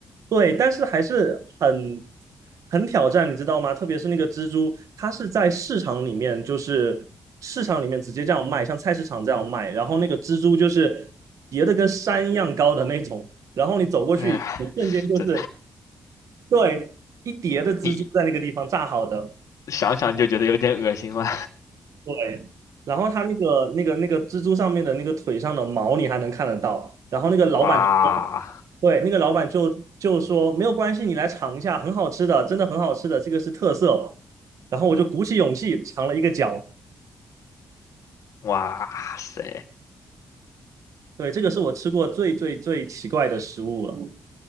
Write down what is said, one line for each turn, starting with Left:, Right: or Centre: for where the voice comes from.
Right: 对，但是还是很很挑战，你知道吗？特别是那个蜘蛛，它是在市场里面，就是市场里面直接这样卖，像菜市场这样卖。然后那个蜘蛛就是叠的跟山一样高的那种，然后你走过去，
Left: 哎，
Right: 一瞬间就是
Left: 这
Right: 对一叠的蜘蛛在那个地方炸好的。
Left: <laughs> 你想想就觉得有点恶心了。
Right: 对，然后他那个那个那个蜘蛛上面的那个腿上的毛你还能看得到，然后那个老板就说，
Left: 哇
Right: 对，那个老板就就说没有关系，你来尝一下，很好吃的，真的很好吃的，这个是特色。然后我就鼓起勇气尝了一个角，
Left: 哇塞！
Right: 对，这个是我吃过最最最奇怪的食物了。